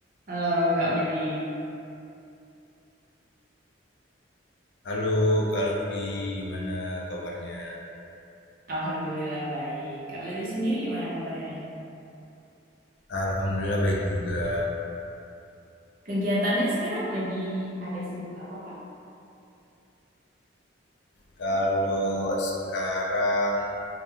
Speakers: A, on the right (about 45°); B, on the left (about 60°).
A: Halo Kak Willy,
B: Halo Kak Lutfi, gimana kabarnya?
A: Alhamdulillah baik. Kak Willy sendiri gimana kabarnya nih?
B: Alhamdulillah baik juga.
A: Kegiatannya sekarang lagi ada sibuk apa, Kak?
B: Kalau sekarang